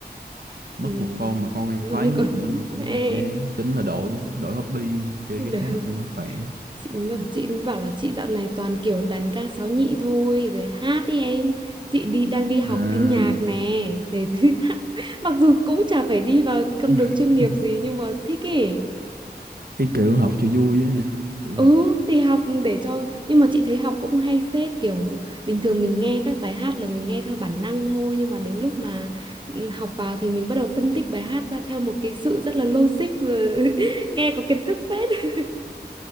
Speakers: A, on the right; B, on the right.
A: mất
B: ừ.
A: một con mà con em
B: <laughs>
A: khoái nhất
B: còn
A: nữa là cũng
B: ê.
A: hơi chán tính là đổi đổi hobby chơi
B: Được.
A: cái khác
B: <laughs>
A: cho nó khỏe
B: chị mới bảo, chị mới bảo là chị dạo này toàn kiểu đàn ca sáo nhị thôi rồi hát đi em chị đi đang đi học
A: à
B: thanh nhạc nè để <laughs> hát. mặc dù cũng chả phải đi vào con
A: <laughs>
B: đường chuyên nghiệp gì nhưng mà thích ấy
A: cái kiểu học cho vui á hả kiểu
B: Ừ
A: học
B: thì học để cho nhưng mà chị thấy học cũng hay phết kiểu bình thường mình nghe các bài hát là mình nghe theo bản năng thôi nhưng mà đến lúc mà ừ, học vào thì mình bắt đầu phân tích bài hát ra theo một cái sự rất là logic và <laughs> nghe có kiến thức phết. <laughs>